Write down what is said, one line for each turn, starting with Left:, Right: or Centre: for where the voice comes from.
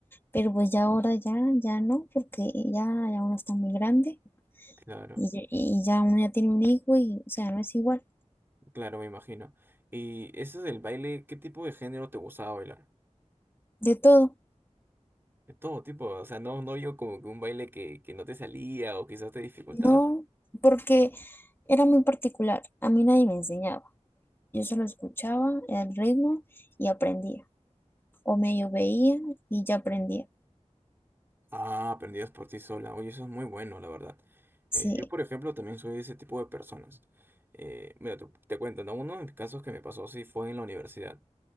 Left: pero pues ya ahora ya, ya no, porque ya, ya uno está muy grande
Right: Claro,
Left: y, ya y ya uno ya tiene un hijo y, o sea, no es igual
Right: claro, me imagino. ¿Y eso del baile, qué tipo de género te gustaba bailar?
Left: de todo,
Right: De todo tipo, o sea, no, no yo como que un baile que, que no te salía o quizás te dificultaba.
Left: no, porque era muy particular, a mí nadie me enseñaba, yo solo escuchaba el ritmo y aprendía, o medio veía y ya aprendía,
Right: Ah, aprendidas por ti sola. Oye, eso es muy bueno, la verdad.
Left: sí,
Right: Eh, yo, por ejemplo, también soy de ese tipo de personas. Eh, mira, te, te cuento, ¿no? Uno de mis casos que me pasó así fue en la universidad,